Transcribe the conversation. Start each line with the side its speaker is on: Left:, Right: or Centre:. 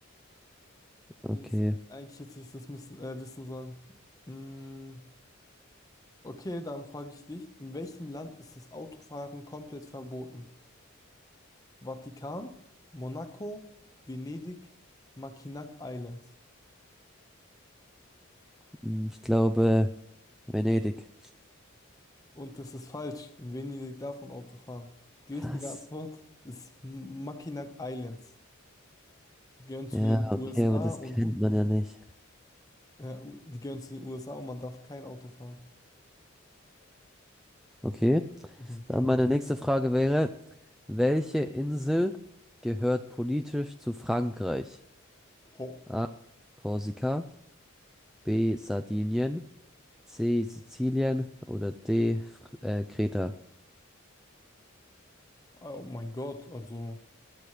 Centre: Okay,
Left: Mist. Eigentlich hätte ich das müssen, äh, wissen sollen. Mm, okay, dann frage ich dich, in welchem Land ist das Autofahren komplett verboten? Vatikan, Monaco, Venedig, Mackinac Islands.
Centre: hm, ich glaube Venedig.
Left: Und das ist falsch. In Venedig darf man Auto fahren. Die richtige
Centre: Was?
Left: Antwort ist Mackinac Islands. Die gehören zu
Centre: Ja,
Left: den USA
Centre: okay, aber das
Left: und
Centre: kennt man ja nicht.
Left: äh, U- die gehören zu den USA und man darf kein Auto fahren.
Centre: Okay,
Left: Mhm.
Centre: dann meine nächste Frage wäre, welche Insel gehört politisch zu Frankreich?
Left: Oh,
Centre: A. Korsika, B. Sardinien, C. Sizilien oder D. Fr- äh, Kreta?
Left: oh mein Gott, also